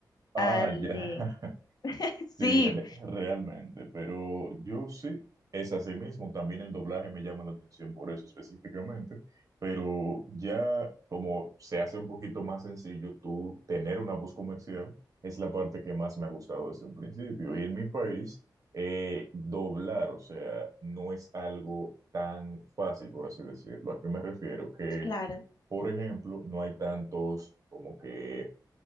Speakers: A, on the right (about 50°); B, on the left (about 60°).
A: Ah,
B: al
A: ya.
B: de
A: <laughs>
B: <laughs> sí,
A: Sí, re- realmente, pero yo sí, es así mismo, también el doblaje me llama la atención por eso específicamente, pero ya como se hace un poquito más sencillo tú tener una voz comercial, es la parte que más me ha gustado desde un principio. Y en mi país, eh, doblar, o sea, no es algo tan fácil, por así decirlo. ¿A qué me refiero? Que,
B: claro.
A: por ejemplo, no hay tantos como que